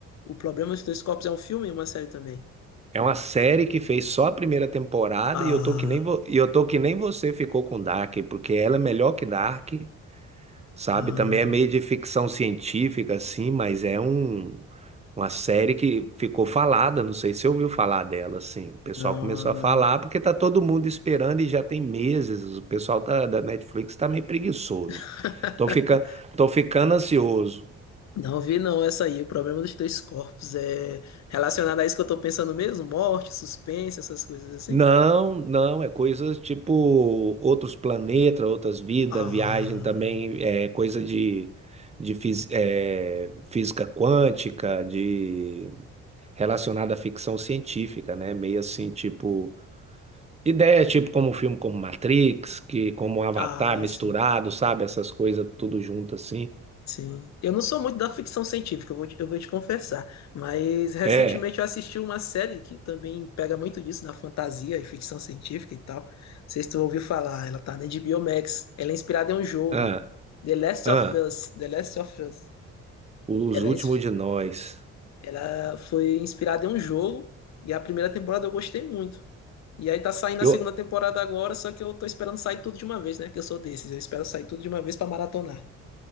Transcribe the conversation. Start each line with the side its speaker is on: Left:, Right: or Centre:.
Left: O Problema dos Dois Corpos é um filme e uma série também.
Right: É uma série que fez só a primeira temporada
Left: Ah.
Right: e eu tô que nem vo... e eu tô que nem você ficou com Dark, porque ela é melhor que Dark, sabe?
Left: Ah,
Right: Também é meio de ficção científica, assim, mas é um... uma série que ficou falada. Não sei se você ouviu falar dela, assim. O pessoal
Left: não,
Right: começou
Left: não.
Right: a falar porque tá todo mundo esperando e já tem meses. O pessoal da, da Netflix tá meio preguiçoso.
Left: <laughs>
Right: Tô fica... tô ficando ansioso.
Left: Não vi não essa aí. O problema dos três corpos é relacionado a isso que eu tô pensando mesmo? Morte, suspense, essas coisas assim?
Right: Não, não, é coisas tipo outros planetas, outras vidas,
Left: Ah,
Right: viagem também, é coisa de, de fis- é, física quântica, de relacionada à ficção científica, né? Meio assim, tipo, ideia tipo como um filme como Matrix, que como um Avatar
Left: ah,
Right: misturado,
Left: sim,
Right: sabe? Essas coisas tudo junto assim.
Left: sim. Eu não sou muito da ficção científica, eu vou te, eu vou te confessar. Mas recentemente
Right: É,
Left: eu assisti uma série que também pega muito disso, da fantasia e ficção científica e tal. Não sei se tu ouviu falar, ela tá na HBO Max. Ela é inspirada em um jogo.
Right: ah,
Left: The Last
Right: ah,
Left: of Us. The Last of Us.
Right: os
Left: Ela
Right: últimos
Left: é, ins-
Right: de nós.
Left: Ela foi inspirada em um jogo e a primeira temporada eu gostei muito. E aí tá saindo
Right: Eu,
Left: a segunda temporada agora, só que eu tô esperando sair tudo de uma vez, né? Que eu sou desses, eu espero sair tudo de uma vez pra maratonar.